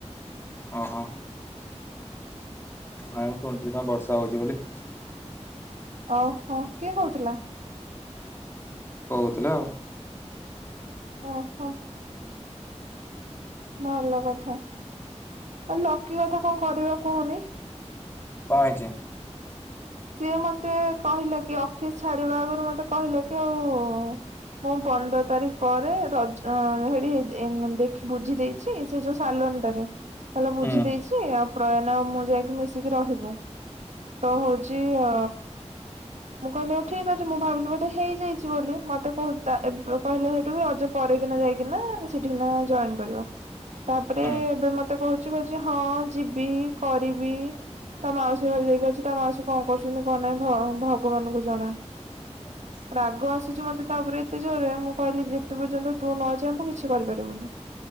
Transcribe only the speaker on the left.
ଅ ହ। ନାଇଁ ଶୁଣିଥିଲି କଣ ବର୍ଷା ହଉଛି ବୋଲି?
କହୁଥିଲେ ଆଉ।
କଣ ହେଇଛି?
ହୁଁ
<inaudible>
ହୁଁ
<inaudible>